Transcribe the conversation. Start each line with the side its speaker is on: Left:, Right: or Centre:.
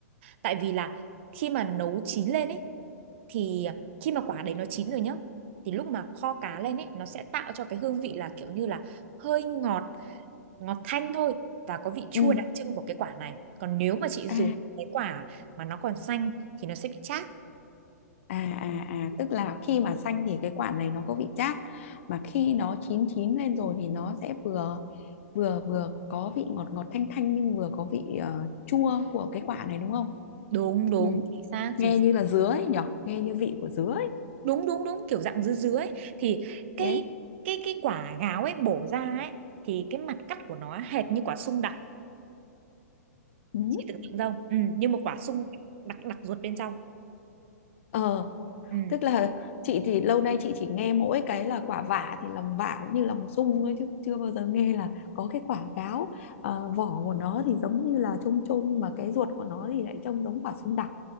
Right: Tại vì là khi mà nấu chín lên ấy thì khi mà quả đấy nó chín rồi nhá thì lúc mà kho cá lên ấy nó sẽ tạo cho cái hương vị là kiểu như là hơi ngọt ngọt thanh thôi và có vị chua
Left: ừ
Right: đặc trưng của cái quả này còn nếu mà chị dùng
Left: à
Right: cái quả mà nó còn xanh thì nó sẽ bị chát
Left: À, à, à, tức là khi mà xanh thì cái quả này nó có vị chát mà khi nó chín chín lên rồi thì nó sẽ vừa vừa vừa có vị ngọt ngọt thanh thanh nhưng vừa có vị ờ, chua của cái quả này đúng không?
Right: đúng đúng
Left: Ừ.
Right: chính xác
Left: Nghe
Right: chính
Left: như là dứa ấy nhở nghe như vị của dứa ấy.
Right: đúng đúng đúng kiểu dạng dứa dứa ấy thì cái
Left: Thế.
Right: cái cái quả gáo ấy bổ ra ấy thì cái mặt cắt của nó hệt như quả sung đặc
Left: Ừ.
Right: chị tưởng tượng không ừ, như một quả sung đặc đặc ruột bên trong
Left: Ờ.
Right: ừ.
Left: tức là chị thì lâu nay chị chỉ nghe mỗi cái là quả vả thì lòng vả cũng như lòng sung thôi chứ chưa bao giờ nghe là có cái quả gáo Ờ, vỏ của nó thì giống như là chôm chôm mà cái ruột của nó thì lại trông giống quả sung đặc